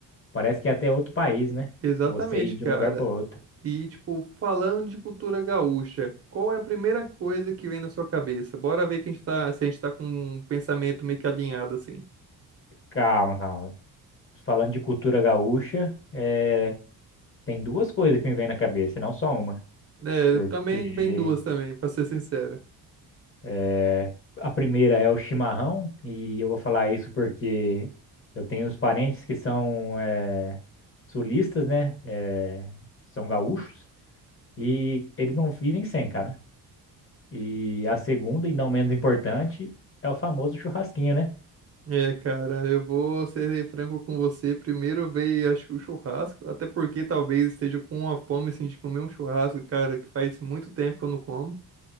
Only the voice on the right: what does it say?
Exatamente,
cara.
E, tipo, falando de cultura gaúcha, qual é a primeira coisa que vem na sua cabeça? Bora ver que a gente tá, se a gente tá com um pensamento meio que alinhado, assim.
É,
também vem duas também, pra ser sincero.
É, cara, eu vou ser franco com você. Primeiro veio, acho que o churrasco, até porque talvez esteja com uma fome, assim, de comer um churrasco, cara, que faz muito tempo que eu não como.